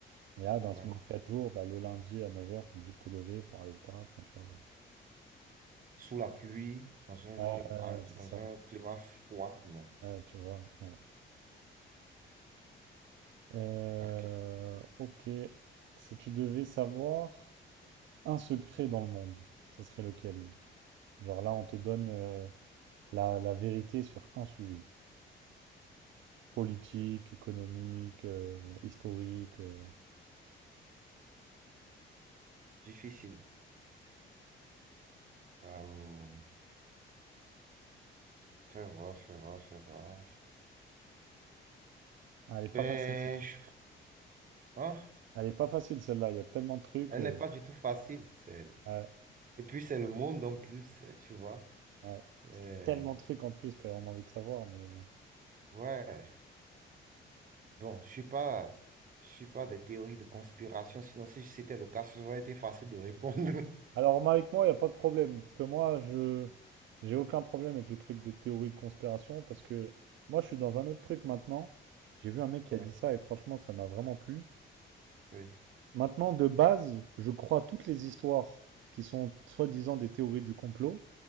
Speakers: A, on the right (about 70°); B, on the right (about 45°).
A: Mais là, dans la
B: Ouais.
A: semaine de 4 jours, bah, le lundi à neuf heures t'es obligé de te lever pour aller au taf, enfin, tu vois.
B: Sous la pluie, dans un
A: Ouais,
B: climat,
A: ouais, ouais, c'est
B: dans
A: ça.
B: un climat froid, non.
A: Ouais, tu vois. ouais. Euh,
B: Ok.
A: ok. Si tu devais savoir un secret dans le monde, ce serait lequel? Genre là, on te donne euh, la, la vérité sur un sujet. Politique, économique, euh, historique. euh.
B: Difficile. Euh, fais voir, fais voir, fais voir.
A: Ah, elle est pas
B: Ben,
A: facile, celle-là.
B: je- hein,
A: Elle est pas facile, celle-là. Il y a tellement de trucs.
B: elle
A: euh,
B: n'est pas du tout facile. c'est-
A: Ouais,
B: Et puis, c'est le monde en plus, tu vois.
A: ouais.
B: Euh,
A: Parce qu'il y a tellement de trucs en plus qu'on a envie de savoir, mais... euh,
B: ouais. Bon, je suis pas, je suis pas des théories de conspiration, sinon si c'était le cas, ça aurait été facile de répondre. <laughs>
A: Alors, moi, avec moi, il n'y a pas de problème. Parce que moi, je j'ai aucun problème avec le truc de théorie de conspiration. Parce que moi, je suis dans un autre truc maintenant. J'ai vu un mec qui
B: Ouais,
A: a dit ça et franchement, ça m'a vraiment plu.
B: oui,
A: Maintenant, de base, je crois toutes les histoires qui sont soi-disant des théories du complot.